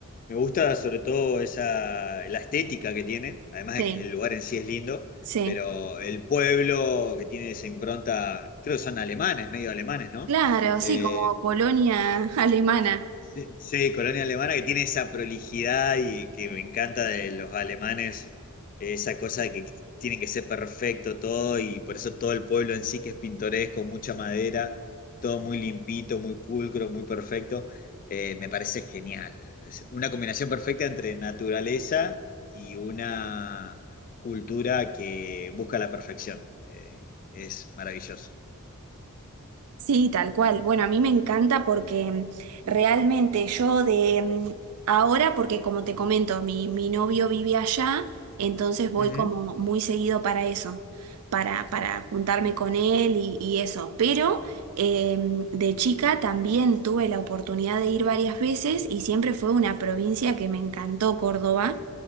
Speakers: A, on the left (about 40°); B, on the right (about 80°).
A: Me gusta sobre todo esa, la estética que tiene, además
B: Sí,
A: de que el lugar en sí es lindo,
B: sí,
A: pero el pueblo que tiene esa impronta, creo que son alemanes, medio alemanes, ¿no?
B: claro, sí,
A: Eh,
B: como colonia <laughs> alemana.
A: Sí, sí, colonia alemana que tiene esa prolijidad y que me encanta de los alemanes, eh, esa cosa de que tienen que ser perfecto todo y por eso todo el pueblo en sí que es pintoresco, mucha madera, todo muy limpito, muy pulcro, muy perfecto, eh, me parece genial. Es una combinación perfecta entre naturaleza y una cultura que busca la perfección. eh, es maravilloso.
B: Sí, tal cual. Bueno, a mí me encanta porque mm, realmente yo de mm, ahora, porque como te comento, mi, mi novio vive allá, entonces voy
A: Ujú.
B: como muy seguido para eso, para, para juntarme con él y, y eso. Pero eh, de chica también tuve la oportunidad de ir varias veces y siempre fue una provincia que me encantó, Córdoba.